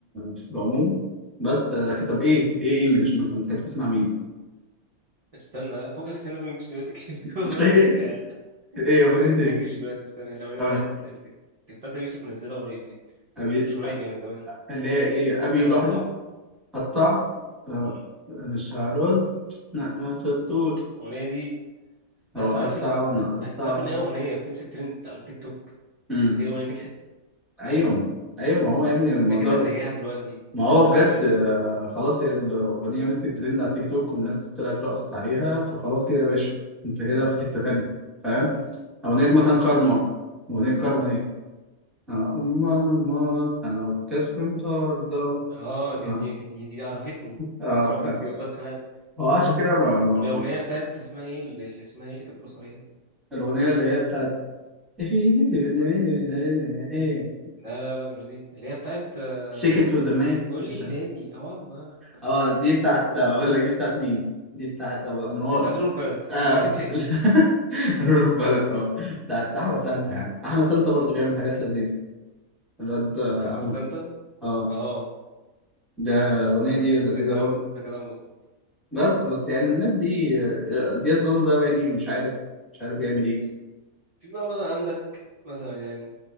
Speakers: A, in the centre; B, on the right (about 45°).
A: في العموم بس آه، لكن طب ايه ايه انجلش مثلا بتحب تسمع مين؟
B: استنى فوقك استنى بالانجلش دلوقتي <laughs> كان
A: <laughs>
B: في اغنيه
A: ايه ايه اغنية
B: فوقك بالانجلش
A: ايه؟
B: دلوقتي استنى الاغنيه
A: اه
B: بتاعت كانت بتاعت أبي يوسف منزلها قريب دي
A: أبي...
B: مش قريب
A: آه،
B: هي من زمان
A: اللي هي ايه ابي
B: بتاعت
A: لوحده
B: قطع
A: قطع آه،
B: مم.
A: مش هرد لا ما شطوش
B: الأغنية دي
A: هو
B: عارف
A: قطع
B: عارف ال...
A: وانا قطع
B: عارف عارف ان هي اغنيه بتمسك ترند على التيك توك
A: مم.
B: يبقى كده الاغنيه نجحت خلاص
A: ايوه ايوه ما هو يا ابني
B: كده
A: الموضوع
B: ده كده
A: بي...
B: النجاح دلوقتي بالنسبه
A: ما هو بجد
B: للاغاني
A: آه، خلاص هي الاغنيه مسكت ترند على التيك توك والناس طلعت رقصت عليها فخلاص كده يا باشا انت كده في حته تانيه فاهم اغنيه مثلا
B: ماركتينج
A: كارما اغنيه كارما دي آه، أما الموت انا والكسف مطاردة
B: اه
A: اه
B: دي دي, دي, دي عرفتني
A: آه،
B: عرفتني
A: فاهم
B: والله اتخنقت
A: هو عشان كده ما... ما...
B: هو الاغنيه بتاعت اسمها ايه اللي اللي اسمها ايه اللي كانت بترقص عليها دي
A: الأغنية اللي هي بتاعت Definitive بالنهاية- ايه إيه.
B: لا لا لا مش دي اللي هي بتاعت آه،
A: shake it to the max
B: قول
A: مش
B: لي
A: عارف
B: دادي او عما
A: اه دي بتاعت اقول لك دي بتاعت مين دي بتاعت ابو الانوار
B: دي بتاعت رول بلد
A: اه
B: <laughs>
A: <laughs> نور البلد اه بتاعت احمد سانتا يعني احمد سانتا برضو بيعمل حاجات لذيذة الواد آه،
B: احمد
A: احمد
B: سانتا
A: اه
B: اه
A: ده الاغنية دي لذيذة
B: ده كلام
A: برضو
B: ده كلام مظبوط
A: بس بس يعني الناس دي آه، زياد زوزو ده يعني مش عارف مش عارف بيعمل ايه
B: في بقى مثلا عندك مثلا يعني